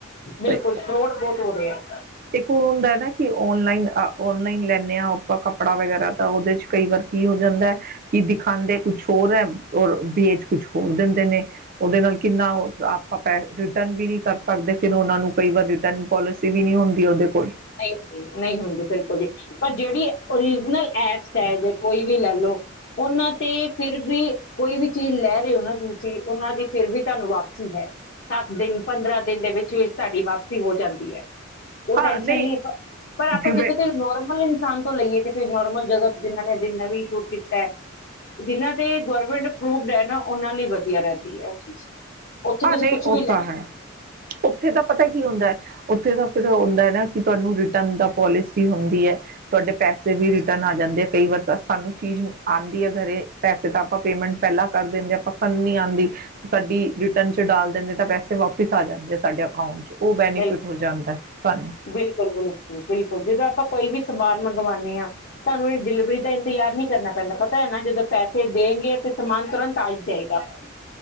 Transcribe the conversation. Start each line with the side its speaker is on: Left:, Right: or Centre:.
Left: ਬਿਲਕੁਲ।
Right: ਸਹੀ
Left: ਬਹੁਤ ਹੋ ਰਿਹਾ।
Right: ਇੱਕ ਉਹ ਹੁੰਦਾ ਨਾ, ਕਿ ਔਨਲਾਈਨ ਅ ਔਨਲਾਈਨ ਲੈਂਦੇ ਹਾਂ ਆਪਾਂ ਕੱਪੜਾ ਵਗੈਰਾ, ਤਾਂ ਉਹਦੇ ਚ ਕਈ ਵਾਰ ਕੀ ਹੋ ਜਾਂਦਾ ਹੈ ਕੀ ਦਿਖਾਉਂਦੇ ਕੁਛ ਹੋਰ ਹੈ। ਔਰ ਭੇਜ ਕੁਛ ਹੋਰ ਦਿੰਦੇ ਨੇ, ਉਹਦੇ ਨਾਲ ਕਿੰਨਾ ਆਪਾਂ ਪੈਨ ਰਿਟਰਨ ਵੀ ਨਹੀਂ ਕਰ ਸਕਦੇ, ਫਿਰ ਉਹਨਾਂ ਨੂੰ ਕਈ ਵਾਰ ਰਿਟਰਨ ਪੋਲਿਸੀ ਵੀ ਨਹੀਂ ਹੁੰਦੀ। <unintelligible>
Left: ਨਹੀਂ ਹੁੰਦੀ, ਨਹੀਂ ਹੁੰਦੀ, ਬਿਲਕੁਲ ਜੀ। ਪਰ ਜਿਹੜੀ ਓਰੀਜਨਲ ਐਪਸ ਜੇ ਕੋਈ ਵੀ ਲੈ ਲਓ, ਉਹਨਾਂ ਤੇ ਫਿਰ ਵੀ ਕੋਈ ਵੀ ਚੀਜ਼ ਲੈ ਰਹੇ ਹੋ ਨਾ ਤੁਸੀਂ, ਉਹਨਾਂ ਦੀ ਫਿਰ ਵੀ ਤਾਨੂੰ ਵਾਪਸੀ ਹੈ। ਦਸ ਦਿਨ, ਪੰਦਰਾਂ ਦਿਨ ਦੇ ਵਿੱਚ- ਵਿੱਚ, ਤਾਡੀ ਵਾਪਸੀ ਹੋ ਜਾਂਦੀ ਹੈ। <unintelligible>
Right: ਹਾਂ ਨਹੀਂ
Left: ਜਾਂਦੀ ਹੈ ਪਰ ਆਪਾਂ
Right: ਜਿਵੇਂ
Left: ਜੇ ਤੁਸੀਂ ਨੋਰਮਲ ਥਾਨ ਤੋਂ ਲਈਏ ਜੇ ਫੇਰ ਨੋਰਮਲ ਜਗ੍ਹਾ ਤੇ ਜਿਨ੍ਹਾਂ ਨੇ ਜਿਨ੍ਹਾਂ ਵੀ ਸ਼ੂਟ ਕੀਤੈ ਜਿਹਨਾਂ ਤੇ ਗੌਰਮੈਂਟ ਅਪਰੂਵਡ ਹੈ ਨਾ, ਉਹਨਾਂ ਲਈ ਵਧੀਆ ਰਹਿੰਦੀ ਹੈ ਉਹ ਚੀਜ਼ ਉੱਥੇ
Right: ਹਾਂ,
Left: ਤੁਸੀਂ
Right: ਨਹੀਂ
Left: ਕੁਛ
Right: ਉਹ
Left: ਵੀ ਲੈ
Right: ਤਾਂ ਹੈ, ਉੱਥੇ ਤਾਂ ਪਤਾ ਕੀ ਹੁੰਦਾ। ਉੱਥੇ ਤਾਂ ਫਿਰ ਓ ਹੁੰਦਾ ਨਾ ਕਿ ਤੁਹਾਨੂੰ ਰਿਟਰਨ ਦਾ ਪੋਲਿਸੀ ਹੁੰਦੀ ਹੈ ਤੁਹਾਡੇ ਪੈਸੇ ਵੀ ਰਿਟਰਨ ਆ ਜਾਂਦੇ ਆ ਕਈ ਵਾਰ ਤਾਂ ਸਾਨੂੰ ਚੀਜ਼ ਆਉਂਦੀ ਹੈ ਘਰੇ ਪੈਸੇ ਤਾਂ ਆਪਾਂ ਪੇਮੈਂਟ ਪਹਿਲਾਂ ਕਰ ਦਿੰਦੇ ਪਸੰਦ ਨਹੀਂ ਆਉਂਦੀ ਸਾਡੀ ਰੀ ਟਰਨ ਚ ਡਾਲ ਦਿੰਦੇ ਤਾਂ ਪੈਸੇ ਵਾਪਿਸ ਆ ਜਾਂਦੇ ਆ ਸਾਡੇ ਅਕਾਊਂਂਟ ਚ ਉਹ ਬੈਨੀਫਿਟ
Left: ਬਿਲਕੁਲ
Right: ਹੋ ਜਾਂਦਾ ਸਾਨੂੰ
Left: ਬਿਲਕੁਲ ਬਿਲਕੁਲ ਬਿਲਕੁਲ ਜਿਦਾ ਆਪਾਂ ਕੋਈ ਵੀ ਸਮਾਨ ਮੰਗਵਾਉਂਨੇ ਹਾਂ ਤੁਹਾਨੂੰ ਇਹ ਡਿਲੀਵਰੀ ਦਾ ਇੰਤਜ਼ਾਰ ਨਹੀਂ ਕਰਨਾ ਪੈਂਦਾ ਪਰ ਪਤਾ ਹੈ ਨਾ ਜਦੋਂ ਪੈਸੇ ਦੇਂਗੇ ਤੇ ਸਮਾਨ ਤੁਰੰਤ ਆ ਈ ਜਾਏਗਾ ਪਰ